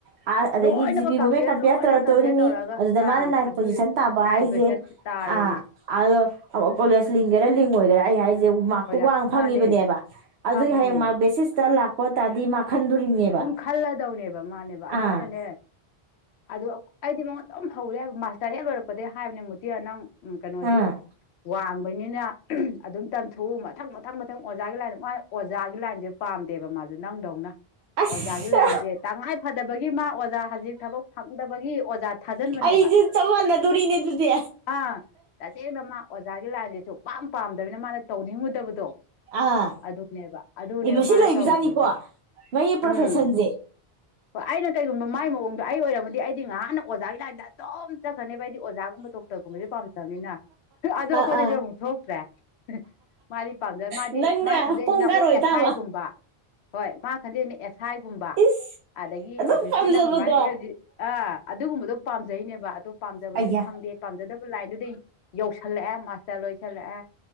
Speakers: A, on the right; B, on the left.
A: ꯑꯗꯒꯤ
B: ꯂꯣꯏꯅꯃꯛ
A: ꯖꯤ ꯄꯤ ꯃꯣꯃꯦꯟ
B: ꯀꯝꯄꯤꯌꯔ
A: ꯀꯝꯄꯦꯌꯔ
B: ꯂꯣꯏꯅ
A: ꯇꯧꯔꯛꯇꯧꯗꯣꯏꯅꯤ
B: ꯀꯝꯄꯤꯌꯔ ꯇꯧꯔꯒ
A: ꯑꯗꯨꯗ ꯃꯥꯅ
B: ꯑꯥ
A: ꯅꯥꯏꯟ
B: ꯑꯗꯨꯒꯤ
A: ꯄꯣꯖꯤꯁꯟ ꯇꯥꯕ
B: ꯅꯥꯏꯟ
A: ꯍꯥꯏꯁꯦ
B: ꯄꯔꯁꯦꯟ ꯇꯥꯔꯤꯅꯦ
A: ꯑꯥ ꯑꯗꯣ ꯀꯣꯂꯦꯖ ꯂꯤꯡꯒꯦꯔꯥ ꯂꯤꯡ ꯑꯣꯏꯒꯦꯔꯥ ꯑꯩ ꯍꯥꯏꯦ ꯃꯥꯔꯛꯇꯨ
B: ꯃꯣꯏꯔꯥ
A: ꯋꯥꯡꯅ ꯐꯪꯉꯤꯕꯅꯦꯕ
B: ꯃꯥꯅꯦ
A: ꯑꯗꯨꯒꯤ
B: ꯐꯪꯉꯤꯅꯦ
A: ꯍꯌꯦꯡ ꯃꯥꯔꯛ ꯕꯦꯁꯤꯁꯇ ꯂꯥꯛ ꯑꯣ ꯇꯥꯗꯤ ꯃꯥ ꯈꯟꯗꯣꯔꯤꯅꯦꯕ
B: ꯑꯗꯨꯝ ꯈꯜꯂꯗꯧꯅꯦꯕ ꯃꯥꯅꯦꯕ
A: ꯑꯥ
B: ꯑꯗꯨ ꯑꯩꯅꯅꯦ ꯑꯗꯨ ꯑꯩꯗꯤ ꯃꯉꯣꯟ ꯑꯗꯨꯝ ꯍꯧꯔꯦ ꯃꯥꯁꯇꯔ ꯍꯦꯛ ꯂꯣꯏꯔꯛꯄꯗꯒꯤ ꯍꯥꯏꯕꯅꯤ ꯃꯨꯗꯤꯌ ꯅꯪ ꯎꯝ ꯀꯩꯅꯣꯁꯨ
A: ꯑꯥ
B: ꯋꯥꯡꯕꯅꯤꯅ ꯑꯗꯨꯝ ꯇꯝꯊꯣꯛꯎ ꯃꯊꯪ ꯃꯊꯪ ꯃꯊꯪ ꯑꯣꯖꯥꯒꯤ ꯂꯥꯏꯟꯗ ꯃꯥ ꯑꯣꯖꯥꯒꯤ ꯂꯥꯏꯟꯁꯦ ꯄꯥꯝꯗꯦꯕ ꯃꯥꯁꯨ ꯅꯪꯗꯧꯅ
A: ꯑꯁ
B: ꯑꯣꯖꯥꯒꯤ ꯂꯥꯏꯟꯁꯦ ꯇꯉꯥꯏ ꯐꯗꯕꯒꯤ ꯃꯥ ꯑꯣꯖꯥ ꯍꯧꯖꯤꯛ ꯊꯕꯛ ꯐꯪꯗꯕꯒꯤ ꯑꯣꯖꯥ ꯊꯥꯖꯟꯕꯅꯦꯕ
A: ꯑꯩꯁꯦ ꯆꯞ ꯃꯥꯟꯅꯗꯣꯔꯤꯅꯦ ꯑꯗꯨꯗꯤ
B: ꯑꯥ ꯇꯁꯦꯡꯅ ꯃꯥ ꯑꯣꯖꯥꯒꯤ ꯂꯥꯏꯟ ꯁꯨ ꯄꯥꯝ ꯄꯥꯝꯗꯕꯅꯤꯅ ꯃꯥꯅ ꯇꯧꯅꯤꯡꯉꯨꯗꯕꯗꯣ
A: ꯑꯥ
B: ꯑꯗꯨꯅꯦꯕ ꯑꯗꯨꯅꯦꯕ
A: ꯏ ꯃꯁꯤ
B: ꯃꯥꯅ
A: ꯂꯩꯕꯖꯥꯠꯅꯤꯀꯣ
B: ꯇꯧꯔꯤꯗꯣ
A: ꯃꯌꯤ ꯐꯁꯟꯖꯦ
B: ꯎꯝ ꯍꯣꯏ ꯑꯩꯅ ꯀꯩꯒꯨꯝꯕ ꯃꯥꯏ ꯃꯑꯣꯡꯗꯣ ꯑꯩ ꯑꯣꯏꯔꯝꯃꯗꯤ ꯑꯩꯗꯤ ꯉꯥꯏꯍꯥꯛꯅ ꯑꯣꯖꯥꯒꯤ ꯂꯥꯏꯟꯗ ꯑꯗꯨꯝ ꯆꯠꯈ꯭ꯔꯅꯤ ꯍꯥꯏꯗꯤ ꯑꯣꯖꯥꯒꯨꯝꯕ ꯗꯣꯛꯇꯔꯒꯨꯝꯕꯗꯤ ꯄꯥꯝꯖꯕꯅꯤꯅ ꯑꯗꯣ ꯑꯩꯈꯣꯏꯗꯗꯤ
A: ꯑꯥ ꯑꯥ
B: ꯑꯃꯨꯛ ꯊꯣꯛꯇ꯭ꯔꯦ ꯍꯍ ꯃꯥꯗꯤ ꯄꯥꯝꯖ ꯃꯥꯗꯤ
A: ꯅꯪꯅ
B: ꯃꯥ ꯈꯟꯖꯩꯁꯤꯅ
A: ꯍꯣꯡꯒꯥꯔꯣꯏ
B: ꯑꯩꯈꯣꯏ ꯑꯦꯁ
A: ꯇꯥꯕ
B: ꯑꯥꯏꯒꯨꯝꯕ ꯍꯣꯏ ꯃꯥ ꯈꯟꯖꯩꯁꯤꯅꯁ ꯑꯗꯨ ꯒꯨꯝꯕ
A: ꯏꯁ
B: ꯑꯗꯒꯤ
A: ꯑꯗꯨꯝ
B: ꯑꯣꯐꯤꯁꯀꯤ
A: ꯄꯥꯝꯖꯕꯗꯣ
B: ꯅꯪꯗꯨꯃꯥꯏꯅ ꯑꯦꯜ ꯗꯤ ꯑ ꯑꯗꯨꯒꯨꯝꯕꯗꯣ ꯄꯥꯝ ꯐꯖꯩꯅꯦꯕ ꯑꯗꯣ ꯄꯥꯝꯖꯕꯗꯤ
A: ꯑꯌꯥ
B: ꯐꯪꯗꯦ ꯄꯥꯝꯖꯗꯕ ꯂꯥꯏꯟꯗꯨꯗꯤ ꯌꯧꯁ ꯍꯜꯂꯦꯑꯦ ꯃꯥꯁꯇꯔ ꯂꯣꯏ ꯆꯜꯂꯦꯑꯦ